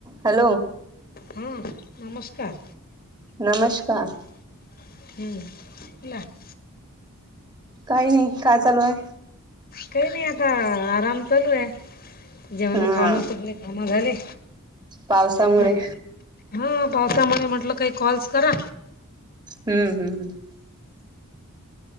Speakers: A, on the right (about 20°); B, on the left (about 45°).
A: Hello.
B: हा. नमस्कार.
A: नमस्कार.
B: हम्म.
A: काही नाही. काय चालू आहे?
B: काही नाही आता आराम चालू आहे. जेवण
A: हा
B: खावण सगळे काम झाले.
A: पावसामुळे.
B: म्हटलं हा. पावसामुळे म्हटलं काही कॉल्स करा.
A: हम्म हम्म.